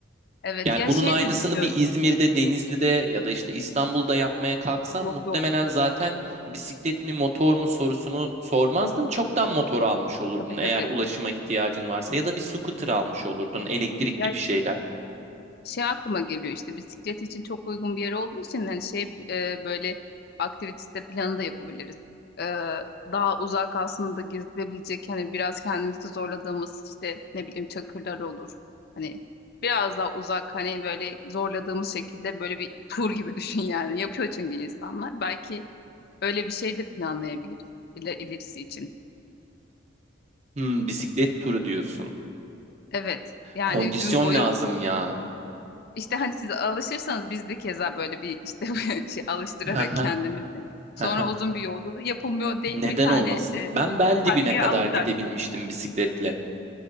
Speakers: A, on the left (about 50°); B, on the right (about 35°).
A: Evet
B: Yani
A: ya
B: bunun
A: şey
B: aynısını
A: de düşünüyorum.
B: bir İzmir'de, Denizli'de ya da işte İstanbul'da yapmaya kalksam
A: Yok
B: muhtemelen
A: yok
B: zaten bisiklet mi motor mu sorusunu sormazdın. Çoktan motor almış olurdun
A: tabii tabii.
B: eğer ulaşıma ihtiyacın varsa ya da bir scooter almış olurdun elektrikli
A: Ya
B: bir şeyler.
A: şey aklıma geliyor işte bisiklet için çok uygun bir yer olduğu için hani şey e, böyle aktivite planı da yapabiliriz. E, daha uzak aslında gezilebilecek hani biraz kendimizi zorladığımız işte ne bileyim çakırlar olur. Hani biraz daha uzak hani böyle zorladığımız şekilde böyle bir tur gibi <laughs> düşün yani. Yapıyor çünkü insanlar. Belki öyle bir şey de planlayabiliriz iler- ilerisi için.
B: Hmm, bisiklet turu diyorsun.
A: Evet yani
B: Kondisyon
A: gün boyu
B: lazım ya.
A: İşte hani siz alışırsanız biz de keza böyle bir işte <laughs> böyle şey alıştırarak
B: Hı hı,
A: kendimizi. Sonra
B: hı hı.
A: uzun bir yolculuk yapılmıyor değil
B: Neden
A: bir tane
B: olmasın?
A: e,
B: Ben bel
A: takviye
B: dibine kadar
A: alacaksın.
B: gidebilmiştim bisikletle.